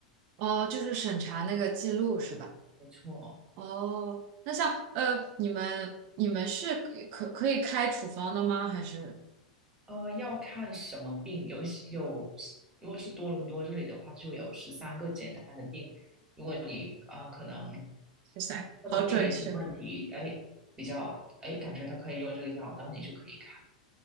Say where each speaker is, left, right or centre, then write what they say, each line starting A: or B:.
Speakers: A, on the right; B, on the right.
A: 哦，就是审查那个记录是吧？
B: 没错，
A: 哦，那像呃，你们你们是可可以开处方的吗？还是
B: 呃，要看什么病，有有，如果是多伦多这里的话，就有十三个简单的病。如果你啊、呃可能
A: 哇塞 <laughs>，
B: 问的病人一些问题，
A: 好准确。
B: 哎，比较哎感觉他可以用这个药，然后你就可以开。